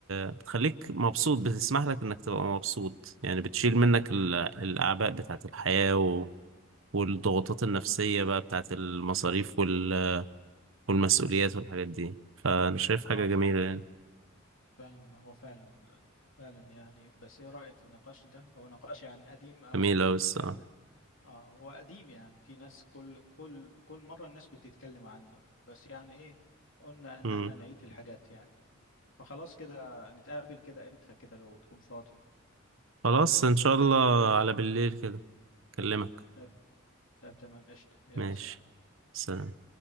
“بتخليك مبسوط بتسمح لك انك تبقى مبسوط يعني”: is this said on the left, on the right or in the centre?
Right